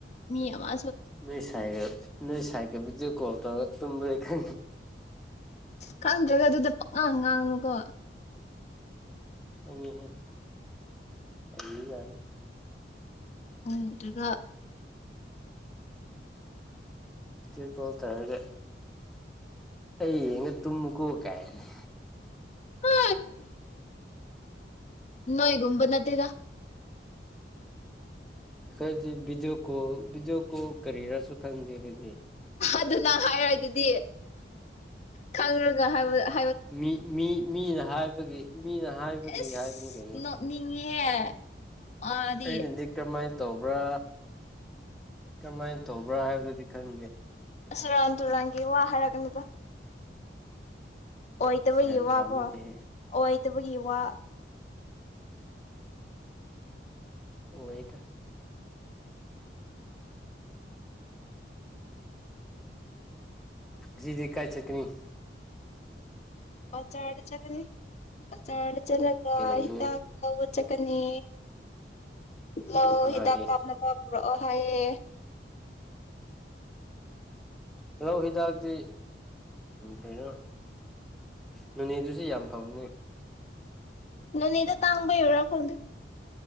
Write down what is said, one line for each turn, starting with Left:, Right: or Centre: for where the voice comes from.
Left: ꯃꯤ ꯑꯃꯁꯨ
Centre: ꯅꯣꯏ ꯁꯒ ꯅ ꯁꯥꯏ ꯀꯣ ꯇꯒ ꯇ ꯈ
Left: ꯀꯔꯝꯗ꯭ꯔꯒ ꯑꯗꯨꯗ ꯄ ꯉꯥꯡ ꯉꯥꯡꯅꯨꯀꯣ
Centre: ꯑꯉꯅꯦ ꯑꯩꯒ
Left: ꯎꯇꯒ
Centre: ꯇ ꯀꯣꯜ ꯇꯔꯒ ꯑꯩ ꯌꯦꯡꯉ ꯇꯨꯝꯃꯨ ꯀꯣꯛ ꯀꯥꯏꯅꯤ
Left: ꯍ ꯅꯣꯣꯏꯒꯨꯝꯕ ꯅꯠꯇꯦꯗ
Centre: ꯑꯩꯈꯣꯏꯗꯤ ꯚꯤꯗꯤꯑꯣ ꯀꯣꯜ ꯚꯤꯗꯤꯑꯣ ꯀꯣꯜ ꯀꯔꯤꯔꯁꯨ ꯈꯪꯗꯦ ꯑꯩꯈꯣꯏꯗꯤ
Left: ꯑꯗꯨꯅ ꯍꯥꯏꯔ ꯑꯗꯨꯗꯤ ꯈꯪꯒ ꯍꯥꯏꯕꯗ
Centre: ꯃꯤ ꯃꯤ ꯃꯤꯅ ꯍꯥꯏꯕꯒꯤ ꯃꯤꯅ ꯍꯥꯏꯕꯒꯤ
Left: ꯑꯦꯁ
Centre: ꯍꯥꯏꯕꯅꯤ ꯀꯩꯅꯣ
Left: <unintelligible> ꯃꯥꯗꯤ
Centre: ꯑꯩ ꯅꯗꯤꯗꯔ ꯃꯥꯥꯏ ꯇꯧꯕ꯭ꯔꯥ ꯀꯔꯝꯃꯥꯏꯅ ꯇꯧꯕ꯭ꯔꯥ ꯍꯥꯏꯕꯗꯨꯗꯤ ꯈꯪꯗꯦ
Left: ꯁꯨꯔꯥꯟ ꯇꯨꯔꯪ <unintelligible> ꯑꯣꯏꯣꯏꯇꯕ
Centre: ꯁꯦꯔꯥꯟ
Left: ꯌꯨ ꯋꯥꯀꯣ
Centre: ꯇꯨꯔꯥꯟ ꯅꯠꯇꯦꯍꯦ
Left: ꯑꯣꯏ ꯐꯠꯇꯕꯒꯤ ꯋꯥ
Centre: ꯑꯣꯏꯗ ꯖꯤ ꯖꯤ ꯀꯥꯏ ꯆ ꯀꯅꯤ
Left: ꯖꯔꯔꯦ ꯆꯂꯅꯤ ꯆꯥꯔꯕꯔ‌ꯣ ꯆꯂꯒ
Centre: ꯀꯩꯗꯧꯅꯤ
Left: ꯍꯗꯂ ꯆꯀꯅꯤ ꯂꯑꯣ
Centre: ꯀꯅꯥꯒꯤ
Left: ꯍ ꯇ ꯀꯞꯅ ꯄ ꯑꯣ ꯍꯌꯦ
Centre: ꯍꯜꯂꯣ ꯍꯤꯗꯥꯛꯇꯤ ꯀꯩꯅꯣ ꯅꯣꯅꯦꯗꯨꯁꯨ ꯌꯥꯝ ꯐꯪꯕꯅꯤ
Left: ꯅꯅꯦꯗ ꯇꯥꯡꯕꯩ ꯑꯣꯏꯔ ꯈꯣꯗ